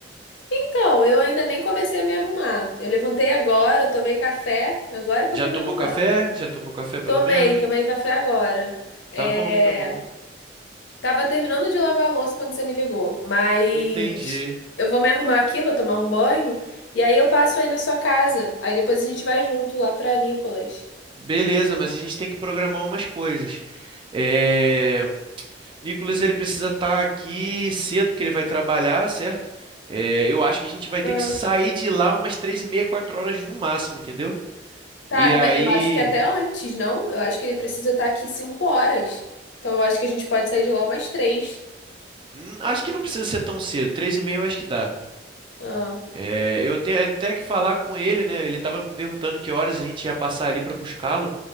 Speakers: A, on the left; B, on the right.
A: Então, eu ainda nem comecei a me arrumar. Eu levantei agora, eu tomei café, agora que
B: Já
A: eu vou
B: tomou
A: me arrumar.
B: café? Já tomou café pelo
A: Tomei,
B: menos?
A: tomei café agora. É.
B: Tá bom, tá bom.
A: Tava terminando de lavar a louça quando você me ligou, mas
B: Entendi.
A: eu vou me arrumar aqui, vou tomar um banho e aí eu passo aí na sua casa. Aí depois a gente vai junto lá pra Nicolas.
B: Beleza, mas a gente tem que programar umas coisas. É, Nicolas, ele precisa estar aqui cedo, porque ele vai trabalhar, certo? É, eu acho que a gente vai
A: Ah,
B: ter que sair de lá umas três e meia, quatro horas no máximo, entendeu?
A: tá,
B: E aí.
A: mas eu acho que até antes, não? Eu acho que ele precisa estar aqui cinco horas. Então eu acho que a gente pode sair de lá umas três.
B: hum, Acho que não precisa ser tão cedo. Três e meia eu acho que dá.
A: Ah,
B: É, eu tenho até que falar com ele, né? Ele tava me perguntando que horas a gente ia passar ali para buscá-lo,